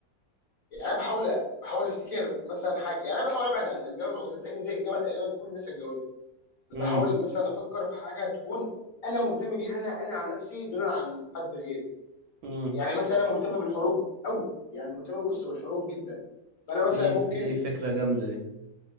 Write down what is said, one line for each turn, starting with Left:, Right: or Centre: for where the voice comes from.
Left: يعني انا بحاول بحاول افتكر مثلا حاجه يعني انا بحاول ابعد عن الانبياء والمعجزات لان دي اجابه تقريبا كل الناس هتجاوبها بحاول
Right: امم
Left: مثلا افكر في حاجه تكون انا مهتم بيها انا انا عن نفسي دون عن حد غيري
Right: امم
Left: يعني مثلا انا مهتم بالحروب قوي يعني مهتم بص بالحروب جدا فانا مثلا
Right: دي
Left: ممكن
Right: دي فكرة جامدة دي